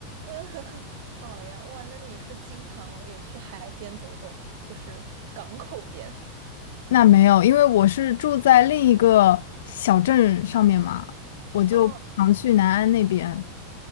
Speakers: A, on the right (about 55°); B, on the left (about 75°).
A: <laughs> 好呀，哇，那你是经常有去海边走走吗？就是港口边。
B: <laughs> 那没有，因为我是住在另一个小镇上面嘛，我就常去南安那边。
A: 哦